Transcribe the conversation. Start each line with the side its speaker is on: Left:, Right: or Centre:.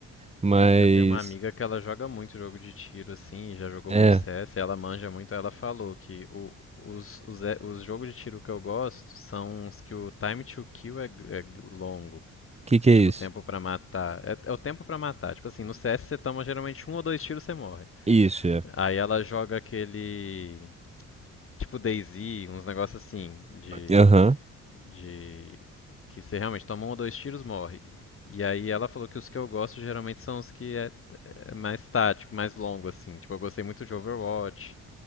Right: Mas,
Left: Eu tenho uma amiga que ela joga muito jogo de tiro, assim, e já jogou
Right: é,
Left: muito CS,
Right: o
Left: e ela manja muito, ela falou que o- os, os, é- os jogos de tiro que eu gosto são os que o time to kill é, g- é g- longo,
Right: que
Left: que
Right: que
Left: é
Right: é
Left: tipo
Right: isso?
Left: o tempo pra matar. É, é o tempo pra matar, tipo assim, no CS você toma geralmente um ou dois tiros e você morre.
Right: Isso, é.
Left: Aí ela joga aquele, tipo DayZ, uns negócios assim, de,
Right: Aham.
Left: de que você realmente toma um ou dois tiros, morre. E aí ela falou que os que eu gosto geralmente são os que é, é mais tático, mais longo, assim. Tipo, eu gostei muito de Overwatch,